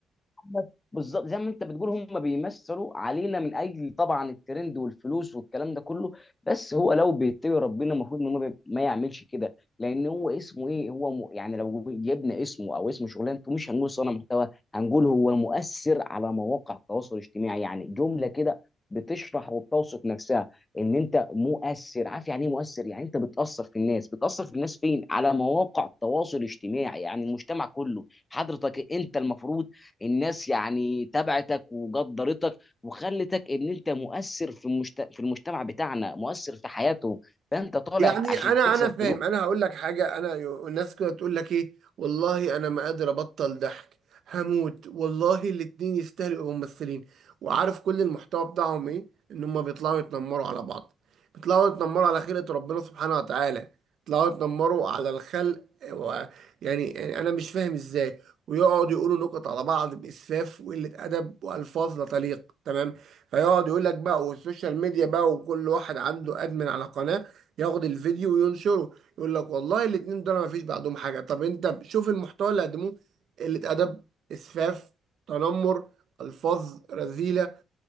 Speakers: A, on the left; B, on the right.
A: بس بالظبط زي ما انت بتقول هم بيمثلوا علينا من اجل طبعا الترند والفلوس والكلام ده كله بس هو لو بيتقي ربنا المفروض ان هو بي- ما يعملش كده لان هو اسمه ايه هو م... يعني لو جبنا اسمه او اسم شغلانته مش هنقول صانع محتوى هنقول هو مؤثر على مواقع التواصل الاجتماعي يعني جمله كده بتشرح وبتوصف نفسها ان انت مؤثر عارف يعني ايه مؤثر يعني انت بتاثر في الناس بتاثر في الناس فين على مواقع التواصل الاجتماعي يعني المجتمع كله حضرتك انت المفروض الناس يعني تبعتك وقدرتك وخلتك ان انت مؤثر في المجت... في المجتمع بتاعنا مؤثر في حياتهم فانت طالع
B: يعني
A: عشان
B: انا
A: تكسب
B: انا فاهم
A: فلوس
B: انا هقول لك حاجه انا يو- الناس كده تقول لك ايه والله انا ما قادر ابطل ضحك هموت والله الاتنين يستاهلوا يبقوا ممثلين وعارف كل المحتوى بتاعهم ايه ان هم بيطلعوا يتنمروا على بعض بيطلعوا يتنمروا على خلقة ربنا سبحانه وتعالى بيطلعوا يتنمروا على الخلق و... يعني يعني انا مش فاهم ازاي ويقعد يقولوا نكت على بعض باسفاف وقله ادب والفاظ لا تليق تمام فيقعد يقول لك بقى والسوشيال ميديا بقى وكل واحد عنده ادمن على قناه ياخد الفيديو وينشره يقول لك والله الاتنين دول ما فيش بعدهم حاجه طب انت شوف المحتوى اللي قدموه قله ادب اسفاف تنمر الفاظ رذيله